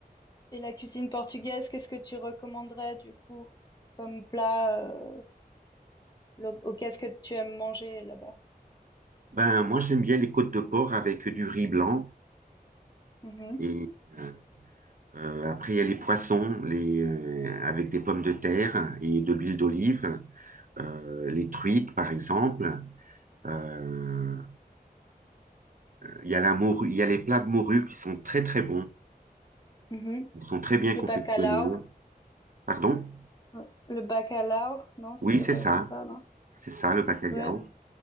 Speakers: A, on the left (about 25°); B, on the right (about 60°).
A: et la cuisine portugaise, qu'est-ce que tu recommanderais du coup comme plat? euh, Le- oh, qu'est-ce que tu aimes manger là-bas?
B: ben, moi, j'aime bien les côtes de porc avec du riz blanc
A: Mhm.
B: et, euh, Euh, après, il y a les poissons, les, euh, avec des pommes de terre et de l'huile d'olive, euh, les truites par exemple. Euh, il y a la morue, il y a les plats de morue qui sont très très bons,
A: Mhm.
B: ils sont très bien
A: Le
B: confectionnés.
A: bacalao.
B: Pardon?
A: Ouais. Le bacalao, non, ça
B: Oui,
A: s'appelle
B: c'est ça,
A: comme ça, non?
B: c'est ça le bacalhau.
A: Ouais.